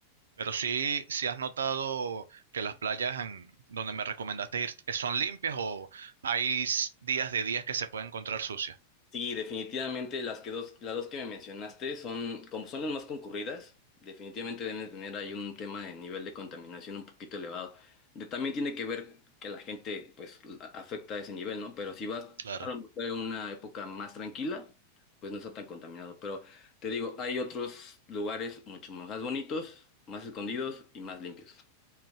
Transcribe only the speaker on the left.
Sí, definitivamente las que dos, las dos que me mencionaste son, como son las más concurridas, definitivamente deben de tener ahí un tema de nivel de contaminación un poquito elevado. De, también tiene que ver que la gente pues la- afecta a ese nivel, ¿no? Pero si vas
a lo mejor en una época más tranquila, pues no está tan contaminado. Pero te digo, hay otros lugares mucho más bonitos, más escondidos y más limpios.